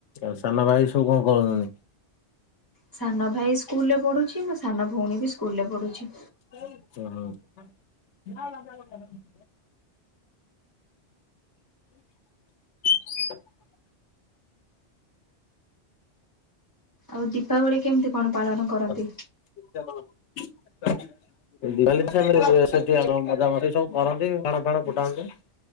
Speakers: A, on the left (about 85°); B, on the left (about 20°).
A: ଆଉ ସାନ ଭାଇ ସବୁ କଣ କରୁଛନ୍ତି?
B: ସାନ ଭାଇ ସ୍କୁଲ ରେ ପଢୁଛି ମୋ ସାନ ଭଉଣୀ ବି ସ୍କୁଲ ରେ ପଢୁଛି
A: ହ <inaudible> <inaudible>
B: ଆଉ ଦୀପାବଳି କେମିତି କଣ ପାଳନ କରନ୍ତି?
A: ଆ <inaudible> ଉଁ ଦିବାଲିରେ ତ ସିଏ ସେଠି ଇଏ ସେଠି ମ ମଜାମଜି ସବୁ କରନ୍ତି ବାଣ ଫାଣ ଫୁଟାନ୍ତି।